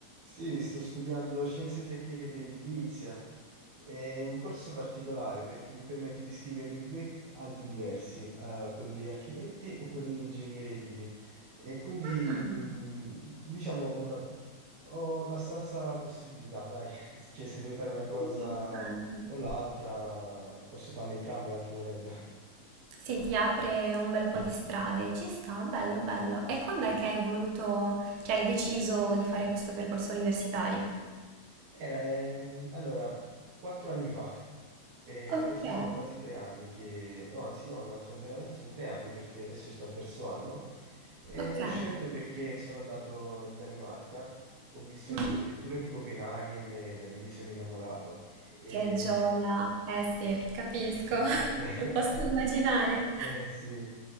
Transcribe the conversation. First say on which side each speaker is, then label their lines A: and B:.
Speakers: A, on the right; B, on the right.
A: Sì, sto studiando Scienze Tecniche dell'Edilizia. È un corso particolare perché mi permette di iscrivermi in due albi diversi, eh, quello degli architetti o quello degli ingegneri edili. E quindi,
B: Ah,
A: mh, diciamo, ho, una- ho abbastanza possibilità, dai. <laughs> Cioè, se vuoi fare una cosa
B: interessante.
A: o l'altra, posso farle entrambe anche volendo.
B: Sì, ti apre un bel po' di strade, ci sta, bello, bello. E quando è che hai voluto, cioè hai deciso di fare questo percorso universitario?
A: Ehm, allora, quattro anni fa, e
B: Ok,
A: adesso sono quasi tre anni che, no, anzi no, no, sono veramente sono tre anni perché adesso sto al terzo anno. E
B: ok.
A: l'ho scelto perché sono andato in Danimarca, ho visto
B: Mhm.
A: l'architettura di Copenaghen e da lì mi sono innamorato. E...
B: Che gioia. Eh sì, capisco,
A: Eh sì.
B: <laughs>
A: <laughs>
B: lo posso immaginare.
A: Eh sì.